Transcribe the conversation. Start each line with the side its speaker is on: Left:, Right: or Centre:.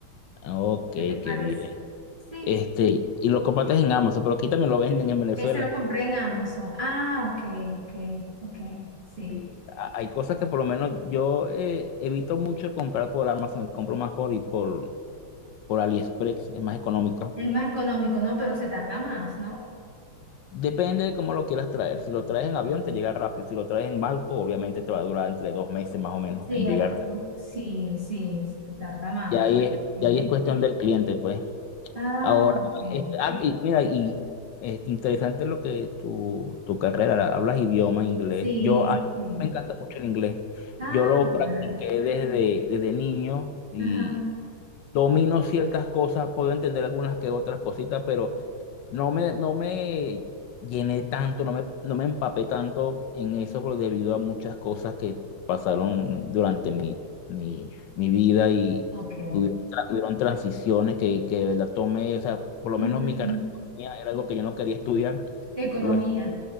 Left: Ok, qué
Right: ¿Qué te parece?
Left: bien.
Right: Sí,
Left: Este, y lo compartes en Amazon, pero aquí también lo venden en Venezuela.
Right: ese lo compré en Amazon. Ah, ok, ok, ok, sí.
Left: Sí, ha- hay cosas que por lo menos yo eh, evito mucho comprar por Amazon, compro más por, y por, por AliExpress, es más económico.
Right: Es más económico, ¿no? Pero se tarda más, ¿no?
Left: Depende de cómo lo quieras traer. Si lo traes en avión, te llega rápido. Si lo traes en barco, obviamente te va a durar entre dos meses más o menos
Right: Cierto,
Left: en llegar.
Right: por- sí, sí, se tarda más
Left: Y ahí es,
Right: tiempo.
Left: y ahí es cuestión del cliente, pues.
Right: Ah,
Left: Ahora,
Right: sí,
Left: este, ah, y mira, y es interesante lo que tu, tu carrera, hablas idioma inglés.
Right: sí,
Left: Yo, a mí
Right: sí.
Left: me encanta mucho el inglés.
Right: Ah,
Left: Yo lo
Right: qué
Left: practiqué
Right: maravilla.
Left: desde, desde niño y
Right: Ajá,
Left: domino ciertas cosas, puedo entender algunas que otras cositas, pero no me, no me llené tanto, no me, no me empapé tanto en eso por- debido a muchas cosas que pasaron durante mi, mi, mi vida y
Right: ok.
Left: hubieron, tra- hubieron transiciones que, que la tomé, o sea, por lo
Right: Ujú.
Left: menos mi carrera de economía era algo que yo no quería estudiar.
Right: Economía.
Left: Lo, es-